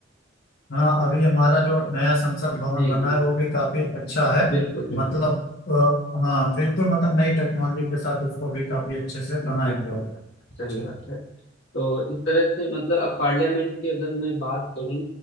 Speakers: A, on the left; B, on the left.
A: हाँ अभी हमारा जो नया संसद भवन
B: जी
A: बना
B: जी
A: है वो भी काफी अच्छा है
B: बिल्कुल बिल्कुल
A: मतलब अ, हाँ बिल्कुल मतलब नई टेक्नोलॉजी के साथ उसको भी काफी अच्छे से
B: बिल्कुल
A: बनाया गया है
B: सही
A: जी
B: बात है तो इस तरह से मतलब अब पार्लियामेंट की अगर मैं बात करूं